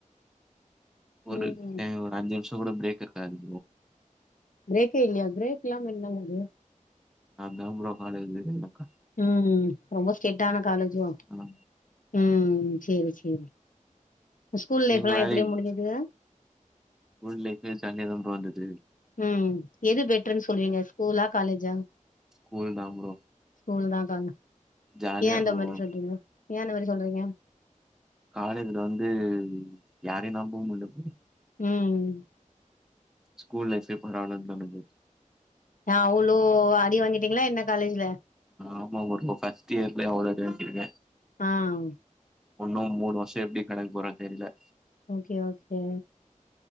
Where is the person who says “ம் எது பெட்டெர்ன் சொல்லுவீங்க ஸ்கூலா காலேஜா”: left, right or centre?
Left